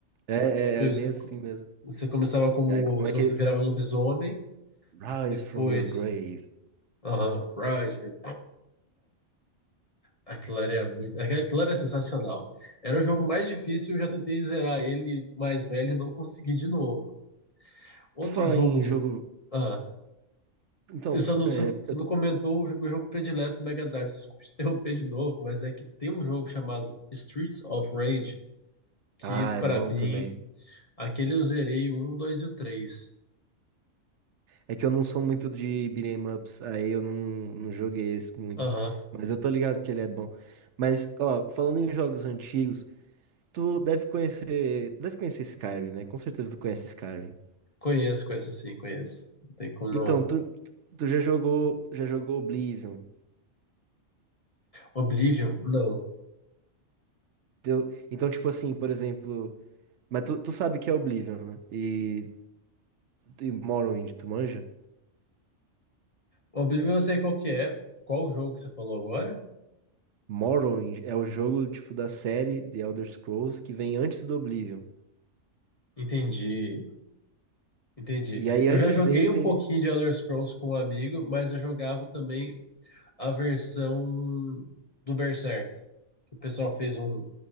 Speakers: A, on the right; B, on the left.
A: é, é,
B: Eu preciso-
A: era bem assim mesmo.
B: Você começava como.
A: É, como
B: Você
A: é que.
B: virava lobisomem,
A: Rise
B: depois.
A: from your grave.
B: Aham, Rise. Aquilo era muito. Aquilo aquilo era sensacional. Era o jogo mais difícil, eu já tentei zerar ele mais velho e não consegui de novo. Outro
A: Por falar
B: jogo
A: em
B: de.
A: jogo.
B: Ah,
A: Então,
B: você não,
A: é,
B: você não você
A: eu-
B: não comentou o meu jogo predileto do Mega Drive, desculpa te interromper de novo, mas é que tem um jogo chamado Streets of Rage, que
A: ah, é
B: pra
A: bom
B: mim,
A: também.
B: aquele eu zerei o 1, 2 e o 3.
A: É que eu não sou muito de beat'em ups, aí eu não, não joguei esse muito.
B: Aham,
A: Mas eu tô ligado que ele é bom. Mas, ó, falando em jogos antigos. Tu deve conhecer, deve conhecer Skyrim, né? Com certeza tu conhece Skyrim.
B: Conheço, conheço sim, conheço. Não tem como não.
A: Então, tu, tu já jogou, já jogou Oblivion.
B: Oblivion? Não.
A: Teu- então, tipo assim, por exemplo, mas tu, tu sabe que é Oblivion, né? E, e Morrowind, tu manja?
B: Oblivion eu sei qual que é. Qual o jogo que você falou agora?
A: Morrowind é o jogo, tipo, da série The Elder Scrolls que vem antes do Oblivion.
B: Entendi. Entendi.
A: E aí,
B: Eu
A: antes
B: já joguei
A: dele tem...
B: um pouquinho de Elder Scrolls com um amigo, mas eu jogava também a versão do Berserk. Que o pessoal fez um,